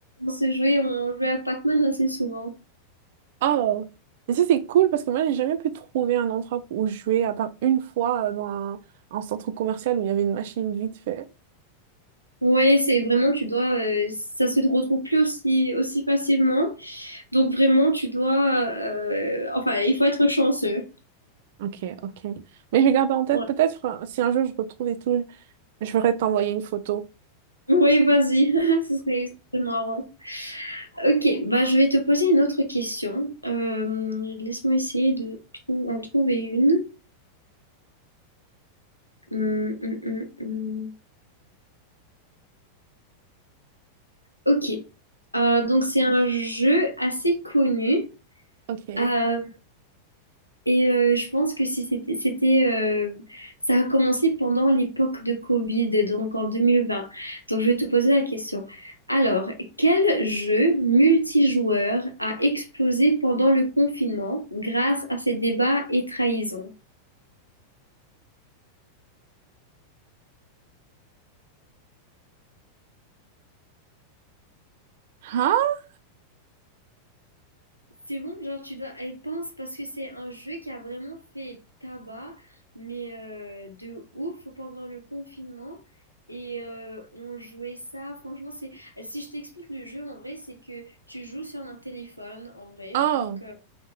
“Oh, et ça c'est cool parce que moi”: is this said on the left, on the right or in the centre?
Right